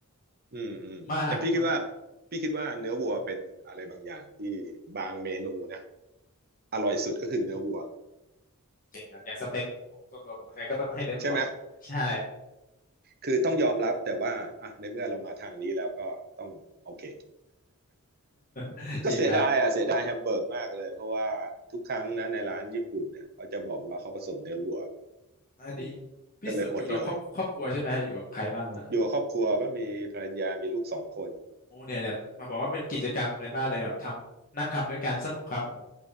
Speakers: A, on the right; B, on the left.
A: อืมอืมแต่พี่คิดว่า
B: มากเพราะ
A: พี่คิดว่าเนื้อวัวเป็นอะไรบางอย่างที่บางเมนูนะอร่อยสุดก็คือเนื้อวัว
B: จริงครับอย่างสเต็กของส่วนตัวผมยังไงก็ต้องให้เนื้อวัว
A: ใช่ไหม
B: ใช่
A: คือต้องยอมรับแต่ว่าอ่ะในเมื่อเรามาทางนี้แล้วก็ต้องโอเค
B: <laughs>
A: ก็เสียดายอ่ะเสียดายแฮมเบอร์กมากเลยเพราะว่าทุกครั้งนะในร้านญี่ปุ่นเนี่ยเขาจะบอกว่าเขาผสมเนื้อวัว
B: จริงครับ อันนี้
A: อืม
B: พี่สุดอยู่กับครอบครอบครัวใช่ไหมฮะอยู่กับใครบ้างฮะ
A: ก็เลยอดเลยอยู่กับครอบครัวก็มีภรรยามีลูกสองคน
B: โอ้เนี่ยเนี่ยบอกว่าเป็นกิจกรรมในบ้านเลยแบบทำนั่งทำด้วยกันสนุกครับผม